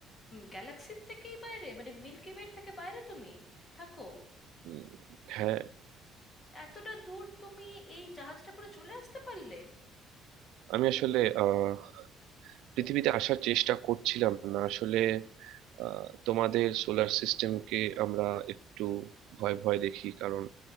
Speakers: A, on the left; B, on the right.
A: গ্যালাক্সির থেকেই বাইরে মানে মিল্কি ওয়ের থেকে বাইরে তুমি থাকো
B: উম, হ্যাঁ
A: এতটা দূর তুমি এই জাহাজটা করে চলে আসতে পারলে
B: আমি আসলে আহ পৃথিবীতে আসার চেষ্টা করছিলাম না আসলে আহ, তোমাদের সোলার সিস্টেমকে আমরা একটু ভয় ভয় দেখি কারণ